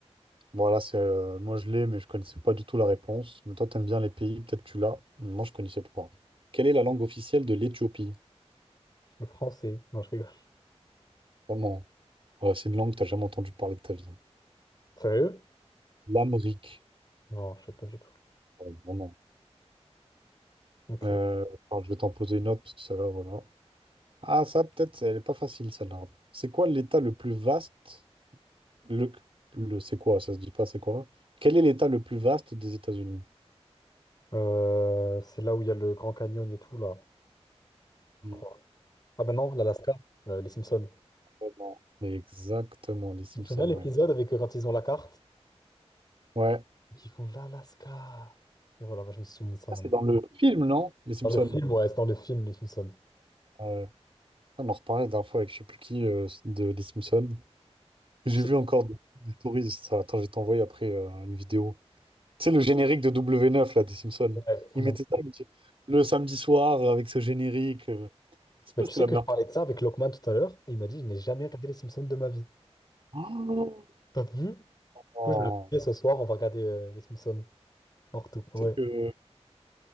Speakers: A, on the right; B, on the left.
A: voilà, c'est euh, moi je l'ai, mais je connaissais pas du tout la réponse. Mais toi, t'aimes bien les pays, peut-être tu l'as, mais moi je connaissais pas. Quelle est la langue officielle de l'Éthiopie?
B: Le français. Non, je rigole.
A: Vraiment. Ouais, c'est une langue que t'as jamais entendu parler de ta vie.
B: Sérieux?
A: L'Amérique.
B: Non, je sais pas du tout.
A: Ouais, vraiment.
B: Ok.
A: Euh, attends, je vais t'en poser une autre parce que celle-là, voilà. Ah, ça, peut-être, c'est- elle est pas facile celle-là. C'est quoi l'État le plus vaste? Le, le c'est quoi? Ça se dit pas, c'est quoi? Quel est l'État le plus vaste des États-Unis?
B: Euh, c'est là où il y a le Grand Canyon et tout, là, je
A: Hmm.
B: crois. Ah ben non, l'Alaska, euh, les Simpsons.
A: Exactement. Exactement, les Simpsons,
B: Tu te souviens l'épisode
A: ouais.
B: avec euh, quand ils ont la carte
A: Ouais.
B: et qu'ils font l'Alaska. Et voilà, bah, je me souviens de ça
A: Ça,
B: maintenant.
A: c'est dans le film, non? Les Simpsons.
B: Dans le film, ouais, c'est dans le film, les Simpsons.
A: Ouais. on en reparlait la dernière fois avec je sais plus qui euh, de les Simpsons. J'ai
B: Tu sais,
A: vu encore des, des stories. ça. Attends, je vais t'envoyer après euh, une vidéo. Tu sais, le générique de W9, là, des Simpsons.
B: ouais, ça
A: Ils
B: manque.
A: mettaient ça ils mettaient le samedi soir euh, avec ce générique. euh. Je sais
B: Mais
A: pas
B: tu
A: si c'était
B: sais
A: la
B: que
A: meilleure
B: je parlais
A: part.
B: de ça avec Lokman tout à l'heure, et il m'a dit, je n'ai jamais regardé les Simpsons de ma vie.
A: Oh.
B: T'as vu? Du
A: Oh.
B: coup, je l'ai fait ce soir, on va regarder euh, les Simpsons. Morto. Ouais.
A: Tu sais que, tu